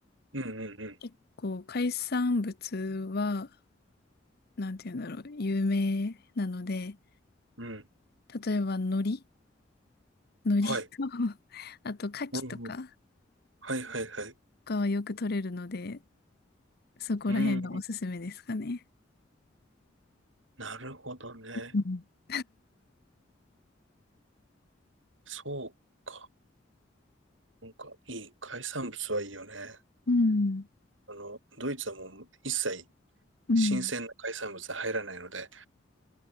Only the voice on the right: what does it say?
うん、うん、う
ん。うん。
はい。
うん。うんはい、はい、はい。
うん。なるほどね。
そうか。なんか、いい。海産物はいいよね。
あの、ドイツはもう一切
新鮮な海産物は入らないので、